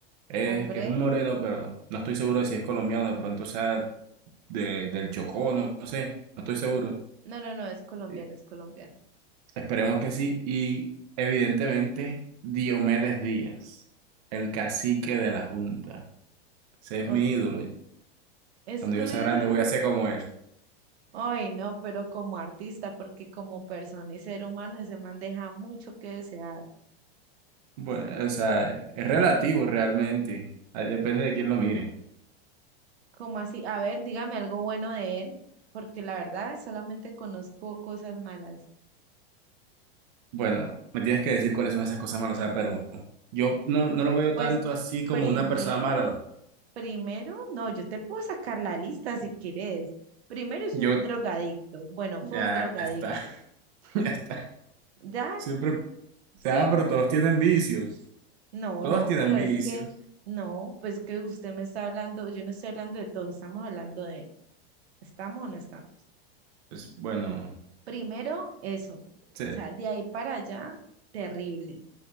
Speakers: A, on the right; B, on the right.
A: es,
B: Hombre,
A: es un moreno, pero no estoy seguro de si es colombiano, de pronto sea de, del Chocó, no, no sé, no estoy seguro.
B: no, no, no, es colombiano,
A: Eh,
B: es colombiano.
A: Esperemos que sí. Y evidentemente Diomedes Díaz, el cacique de la Junta. Ese es
B: Ok.
A: mi ídolo.
B: ¿Es
A: Cuando
B: tu
A: yo sea
B: ídolo?
A: grande voy a ser como él.
B: Ay, no, pero como artista, porque como persona y ser humano, ese man deja mucho que desear.
A: Bueno, o sea, es relativo realmente. Ahí depende de quién lo mire.
B: ¿Cómo así? A ver, dígame algo bueno de él, porque la verdad solamente conozco cosas malas.
A: Bueno, me tienes que decir cuáles son esas cosas malas, o sea, pero yo no, no lo veo
B: Pues
A: tanto así como
B: primero,
A: una persona mala.
B: primero, no, yo te puedo sacar la lista si quieres. Primero es
A: Yo,
B: un drogadicto. Bueno,
A: ya
B: fue un drogadicto.
A: está, <laughs> ya está.
B: ¿Ya?
A: Siempre, o sea,
B: ¿Sigo?
A: pero todos tienen vicios,
B: No,
A: todos
B: no,
A: tienen
B: pero
A: vicios.
B: es que, no, pues que usted me está hablando, yo no estoy hablando de todos, estamos hablando de él. ¿Estamos o no estamos?
A: Pues bueno,
B: Primero, eso. O
A: sí,
B: sea, de ahí para allá, terrible.